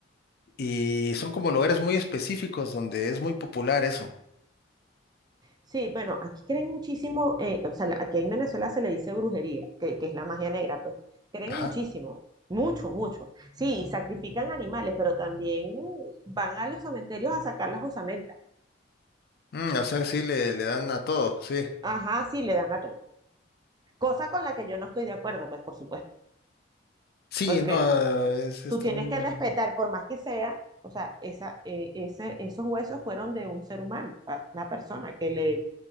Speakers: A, on the left; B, on the right.
A: y son como lugares muy específicos donde es muy popular eso.
B: Sí, bueno, aquí creen muchísimo, eh, o sea, la- aquí en Venezuela se le dice brujería, que, que es la magia negra, pues creen
A: Ajá.
B: muchísimo, mucho, mucho. Sí, sacrifican animales, pero también uh, van a los cementerios a sacar las osamentas.
A: Mm, o sea, sí, le, le dan a todo, sí.
B: Ajá, sí, le dan a todo. Cosa con la que yo no estoy de acuerdo, pues por supuesto,
A: Sí,
B: porque
A: no, es, es
B: tú
A: también,
B: tienes que respetar, por más que sea, o sea, esa, eh, ese, esos huesos fueron de un ser humano, a una persona que le,